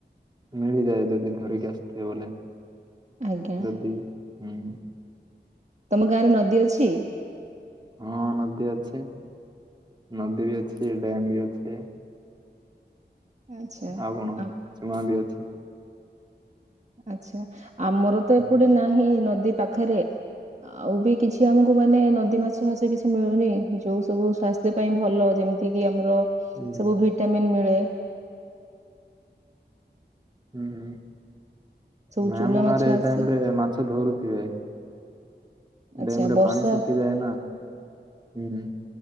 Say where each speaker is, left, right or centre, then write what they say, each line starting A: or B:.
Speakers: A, on the right; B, on the right.
A: ମିଳିଯାଏ ଯଦି ଧରିକି ଆସିଥିବେ ବୋଲେ।
B: ଆଜ୍ଞା
A: ଯଦି ହୁଁ
B: ତମ ଗାଁରେ ନଦୀ ଅଛି?
A: ହଁ ନଦୀ ଅଛି ନଦୀ ବି ଅଛି ଡ୍ୟାମ ବି ଅଛି।
B: ଆଚ୍ଛା
A: ଆଉ କଣ
B: ଆ-
A: ଚୁଆ ବି ଅଛି।
B: ଆଛା ଆମର
A: ହୁଁ
B: ତ ଏପଟେ ନାହିଁ ନଦୀ ପାଖରେ ଆଉ ବି କିଛି ଆମକୁ ମାନେ ନଦୀ ମାଛ ମାଛ କିଛି ମିଳୁନି ଯୋଉଁ ସବୁ ସ୍ଵାସ୍ଥ୍ୟ ପାଇଁ ଭଲ ଯେମିତି କି ଆମର
A: ହୁଁ
B: ସବୁ ଭିଟାମିନ୍ ମିଳେ।
A: ହୁଁ।
B: ସବୁ
A: ନ
B: ଚୁନା
A: ଆମ ଗାଁରେ
B: ମାଛ
A: ଏ
B: ଆସେ
A: ଟାଇମ ରେ ମାଛ ଧରୁଥିବେ
B: ଆଚ୍ଛା
A: ଡ୍ୟାମ ରେ
B: ବର୍ଷା
A: ପାଣି ସୁଖି ଯାଏ ହୁଁ